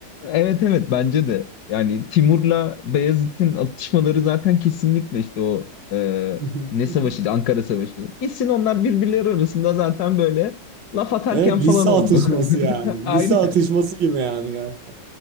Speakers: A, on the left; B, on the right.
A: Evet evet bence de. Yani Timur'la Beyazıt'ın atışmaları zaten kesinlikle işte o e,
B: <laughs>
A: ne savaşıydı? Ankara Savaşı. Kesin onlar birbirleri arasında zaten böyle laf atarken
B: Evet
A: falan
B: lise
A: oldu.
B: atışması yani.
A: <laughs> Aynen.
B: Lise atışması gibi yani gerçekten.